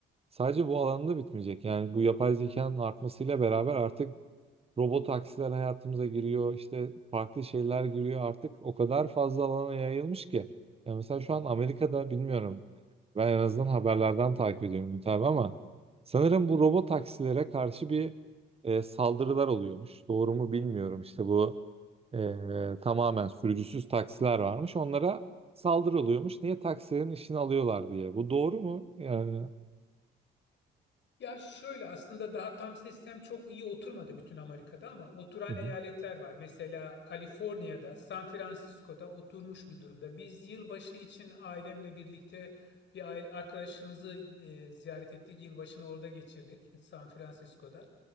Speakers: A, on the right (about 30°); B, on the left (about 65°).
A: sadece bu alanda bitmeyecek. Yani bu yapay zekanın artmasıyla beraber artık robot taksiler hayatımıza giriyor. İşte farklı şeyler giriyor. Artık o kadar fazla alana yayılmış ki. Ya mesela şu an Amerika'da bilmiyorum ben en azından haberlerden takip ediyorum Ümit abi ama sanırım bu robot taksilere karşı bir e, saldırılar oluyormuş. Doğru mu bilmiyorum. İşte bu e, tamamen sürücüsüz taksiler varmış. Onlara saldırı oluyormuş. Niye taksilerin işini alıyorlar diye. Bu doğru mu? Yani.
B: Ya şöyle aslında daha tam sistem çok iyi oturmadı bütün Amerika'da ama oturan
A: Hı hı.
B: eyaletler var. Mesela Kaliforniya'da, San Francisco'da oturmuş bir durumda. Biz yılbaşı için ailemle birlikte bir aile arkadaşımızı e, ziyaret ettik. Yılbaşını orada geçirdik, San Francisco'da.